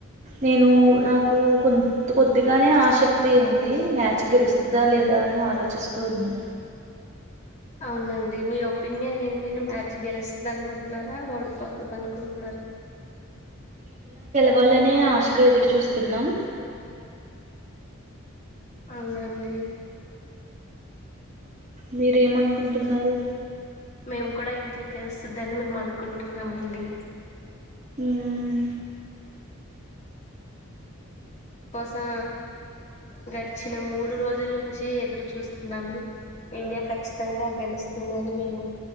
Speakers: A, on the right; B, on the left.
A: నేను నాకు కొ కొద్దిగానే ఆసక్తి ఉంది మ్యాచ్ గెలుస్తదా లేదా అని ఆలోచిస్తూ ఉన్నాం
B: అవునండి మీ ఒపీనియన్ ఏంటి నువ్ మ్యాచ్ గెలుస్తద అనుకుం న్నారా ఓడిపోతుంది అనుకుంటున్నారా
A: వాలనే ఆశగా ఎదురు చూస్తున్నాం
B: అవునండి
A: మీరేమనుకుంటున్నారు
B: మేము కూడా ఇండియా గెలుస్తుందని మేము అనుకుంటున్నాం అండి
A: ఊమ్
B: ఆ గడిచిన మూడు రోజుల నుంచి ఎదురు చూస్తున్నాము ఇండియా ఖచ్చితంగా గెలుస్తుందని మేము